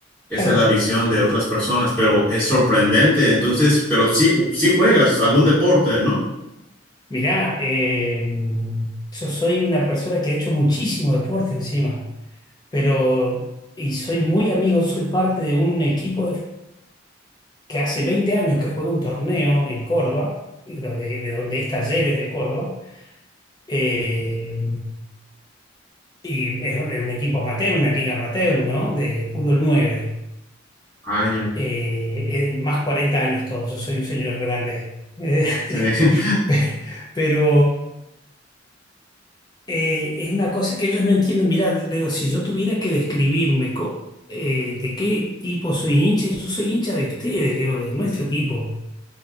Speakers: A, in the centre; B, on the left (about 20°).
A: Esa
B: Claro.
A: es la visión de otras personas, pero es sorprendente. Entonces, pero sí, sí juegas algún deporte, ¿no?
B: Mirá, eh, yo soy una persona que ha hecho muchísimo deporte encima, pero y soy muy amigo, soy parte de un equipo de- que hace 20 años que juega un torneo en Córdoba, de, de donde es Talleres de Córdoba Eh, y es un equipo amateur, una liga amateur, ¿no? De fútbol nueve
A: Ah, ya.
B: Eh, eh, más 40 años todos, yo soy un señor grande. Eh,
A: Sí. <laughs>
B: <laughs> pero eh, es una cosa que ellos no entienden. Mirá, le digo, si yo tuviera que describirme co- eh, de qué equipo soy hincha, yo soy hincha de ustedes, le digo, de nuestro equipo.